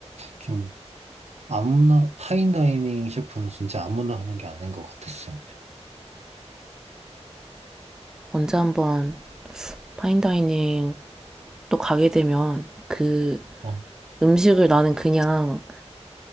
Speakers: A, on the right; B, in the centre.
A: 좀 아무나 파인다이닝 셰프는 진짜 아무나 하는 게 아닌 것 같았어.
B: 언제 한번 파인다이닝 또 가게 되면 그
A: 어,
B: 음식을 나는 그냥